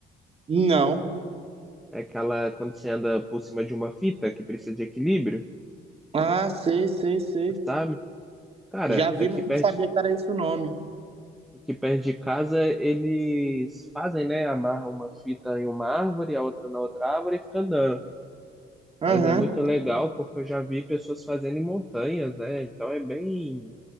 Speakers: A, on the right; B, in the centre.
A: Não.
B: É aquela quando você anda por cima de uma fita que precisa de equilíbrio,
A: Ah, sei, sei, sei.
B: sabe? Cara,
A: Já vi,
B: aqui
A: mas
B: perto,
A: não sabia que era esse o nome.
B: aqui perto de casa eles fazem, né? Amarram uma fita em uma árvore, a outra na outra árvore e fica andando.
A: Aham.
B: Mas é muito legal porque eu já vi pessoas fazendo em montanhas, né? Então é bem.